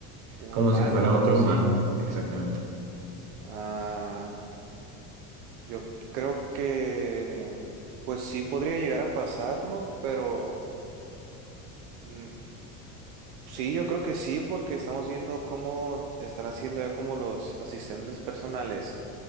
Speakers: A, on the right; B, on the right.
A: un
B: como
A: humano
B: si fuera otro
A: o algo así.
B: humano, exactamente.
A: Ah, yo creo que pues sí podría llegar a pasar, ¿no? Pero mm, sí, yo creo que sí porque estamos viendo cómo están haciendo ya como los asistentes personales.